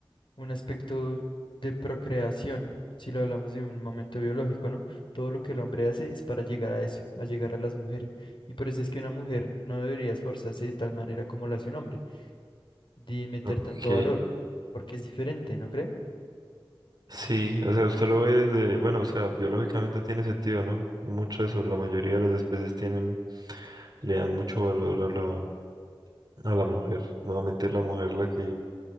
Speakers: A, on the left (about 65°); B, on the right (about 50°).
A: un aspecto de procreación, si lo hablamos de un momento biológico, ¿no? Todo lo que el hombre hace es para llegar a eso, a llegar a las mujeres. Y por eso es que una mujer no debería esforzarse de tal manera como lo hace un hombre, de meter
B: Ok,
A: tanto valor, porque es diferente, ¿no cree?
B: Sí, o sea, usted lo ve desde, bueno, o sea, biológicamente tiene sentido, ¿no? Muchas o la mayoría de las especies tienen, le dan mucho valor a la, a la mujer. Nuevamente es la mujer la que